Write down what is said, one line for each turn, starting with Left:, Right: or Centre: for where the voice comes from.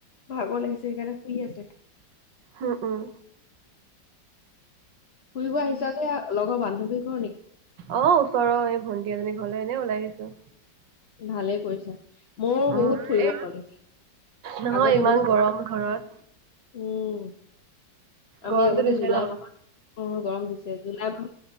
Left: ভাগৰ লাগিছে সেইকাৰণে শুই আছে।
Right: উম, উম।
Left: ফুৰিব আহিছা যে লগৰ বান্ধৱী ঘৰ নেকি
Right: অ' ওচৰৰ এই ভন্টি এজনী ঘৰলৈ এনে ওলাই আহিছো।
Left: ভালে কৰিছা। ময়ো
Right: উম,
Left: বহুত ফুৰিব
Right: এই
Left: পাৰো,
Right: নহয়
Left: আগতে
Right: ইমান
Left: বহুত
Right: গৰম
Left: ফুৰিছিলো।
Right: ঘৰত।
Left: উম
Right: গৰমটো
Left: আমি আগতে
Right: দিছে
Left: জুলাই
Right: ন'
Left: মাহত। অ' গৰম দিছে জুলাই মাহ